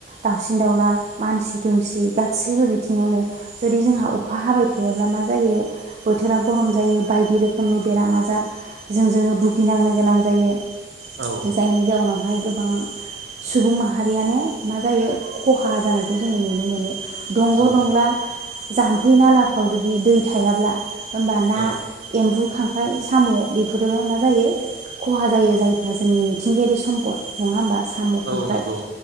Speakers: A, on the right (about 35°); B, on the right (about 60°).
A: दाउसिन दाउला मानसि दुमसि गासैबो बिथिङावनो जुदि जोंहा
B: उम,
A: अखा हाबाय थायाब्ला मा जायो बोथोरा गरम जायो बायदि रोखोमनि बेराम आजार जों जोङो भुगिनांनो गोनां जायो
B: औ
A: जायनि जाउनाव बेहाय गोबां सुबुं माहारियानो मा जायो खहा जानायखौ जोङो नुनो मोनो। दंग'
B: औ
A: दंला जाम्फै नाला फ्राव जुदि दै थायाब्ला होनबा ना
B: औ
A: एम्बु खांख्राइ फाय साम' बेफोरो मा जायो खहा जायो जायफ्रा जोंनि मिथिंगायारि सम्पद नङा होमबा। साम'
B: औ
A: खांख्राइ
B: नंगौ